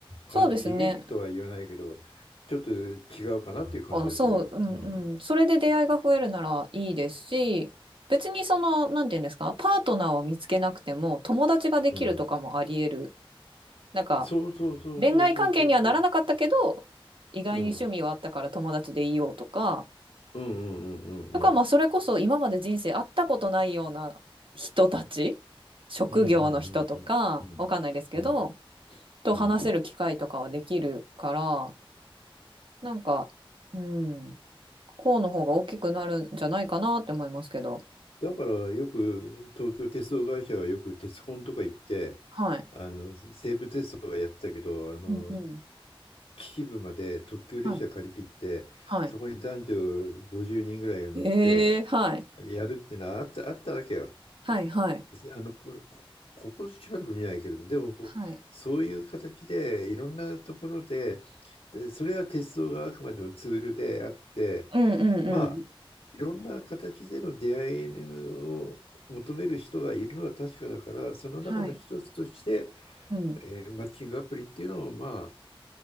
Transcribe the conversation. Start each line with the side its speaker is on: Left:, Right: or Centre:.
Right: そうですね。
Left: か悲劇とは言わないけどちょっと違うかなっていう感じがするよ。
Right: あ、そう、うんうん。
Left: うん。
Right: それで出会いが増えるならいいですし、別にその、なんていうんですか、パートナーを見つけなくても友達ができるとかもあり得る。
Left: うん。
Right: なんか、
Left: そうそうそうそうそうそうそう。
Right: 恋愛関係にはならなかったけど、意外に趣味はあったから友達でいようとか、
Left: うん。うんうんうんうんうん。
Right: とか、まあ、それこそ今まで人生会ったことないような人たち、職業の人とか、
Left: うんうんうんうんうんうん
Right: わかんないですけど、と話せる機会とかはできるから、
Left: うん
Right: なんか、うん。こうの方が大きくなるんじゃないかなって思いますけど。
Left: だからよく東京鉄道会社はよく鉄コンとか行って
Right: はい。
Left: あの西武鉄道がやってたけどあの
Right: うんうん。
Left: 秩父まで特急列車借り切ってそこに男女50人ぐらいが乗って
Right: はい。はい。ええはい。
Left: やるっていうのはあった、あったわけよ。
Right: はい、はい。
Left: あのこ、こここしばらく見ないけれどでも
Right: はい。
Left: そういう形でいろんなところで、でそれは鉄道があくまでもツールであって
Right: うん、うん、
Left: ま
Right: うん。
Left: いろんな形での出会いを求める人がいるのは確かだから、その中の一つとして、
Right: はい。うん。
Left: えーマッチングアプリっていうのも、ま